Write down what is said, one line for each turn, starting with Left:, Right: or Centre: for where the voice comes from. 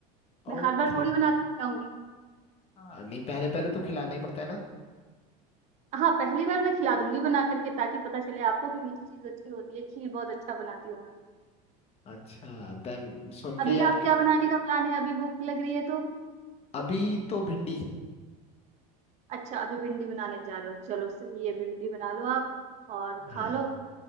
Right: मैं
Left: ओके
Right: हर बार थोड़ी बना कर खिलाऊंगी
Left: हाँ, नहीं पहले पहले तो खिलाना ही पड़ता है ना
Right: हाँ पहली बार मैं खिला दूंगी बना करके ताकि पता चले आपको कि मीठी चीज अच्छी होती है खीर बहुत अच्छा बनाती हूँ मैं
Left: अच्छा देन सुन के
Right: अभी
Left: ही आपके
Right: आप क्या बनाने का प्लान है अभी भूख लग रही है तो
Left: अभी तो भिंडी
Right: अच्छा अभी भिंडी बनाने जा रहे हो चलो सही है भिंडी बना लो आप और खा
Left: हाँ
Right: लो